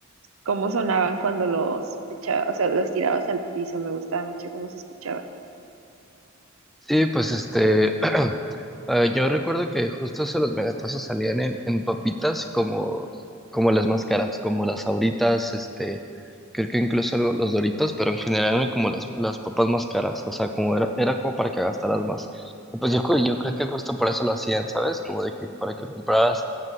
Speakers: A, on the right; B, in the centre.
A: cómo sonaban cuando los echaba, o sea, los tirabas al piso, me gustaba mucho cómo se escuchaba.
B: Sí, pues este, <clears throat> eh, yo recuerdo que justo esos los megatazos salían en, en papitas como, como las más caras, como las Sabritas, este, creo que incluso lo- los Doritos, pero en general eran como las, las papas más caras, o sea, como era, era como para que gastaras más. Y pues yo, cre- yo creo que justo por eso lo hacían, ¿sabes? Como de que para que compraras,